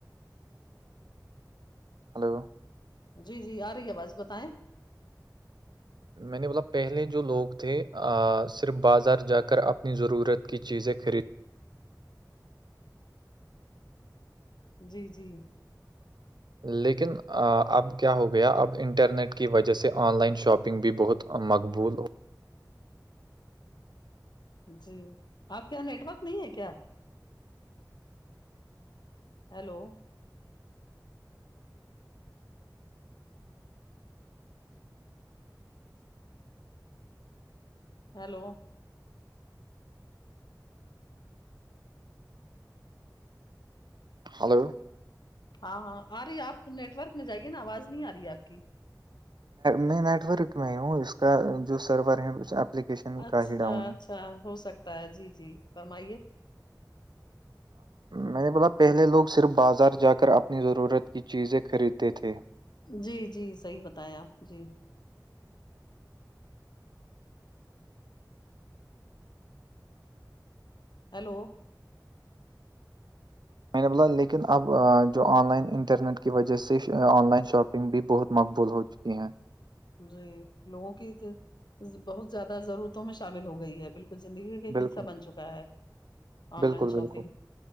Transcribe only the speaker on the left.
جی جی آ رہی ہے آ باز بتائیں
جی جی
جی آپ کے یہاں نیٹ ورک نہیں ہے کیا ہیلو ہیلو
ہاں ہاں آ رہی آپ نیٹ ورک میں جائیے نا آواز نہیں آ رہی ہے آپ کی
اچھا
اچھا ہو سکتا ہے جی جی فرمائیے
جی جی صحیح بتائیں آپ جی ہیلو
جی لوگوں کی بہت زیادہ ضرورتوں میں شامل ہو گئی ہے بالکل زندگی کا
حصہ بن چکا ہے آن
لائن
شاپنگ